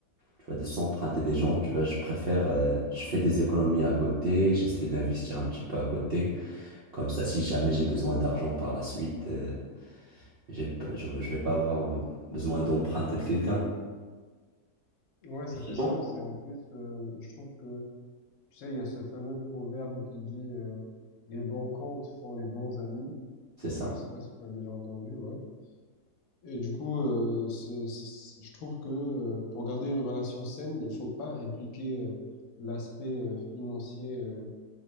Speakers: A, on the right; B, on the left.
A: Tu vois, de s'emprunter des gens, tu vois, je préfère, euh, je fais des économies à côté, j'essaie d'investir un petit peu à côté. Comme ça, si jamais j'ai besoin d'argent par la suite, euh, j'ai, p- je, je vais pas avoir be- besoin d'emprunter de quelqu'un.
B: Ouais, ça
A: Sinon,
B: fait sens. Et en plus, euh, je trouve que, tu sais, il y a ce fameux proverbe qui dit euh, les bons comptes font les bons amis.
A: C'est ça.
B: Je sais pas si tu l'as déjà entendu, ouais. Et du coup, euh, c'est- c'est- je trouve que euh, pour garder une relation saine, il faut pas impliquer euh, l'aspect euh, financier euh,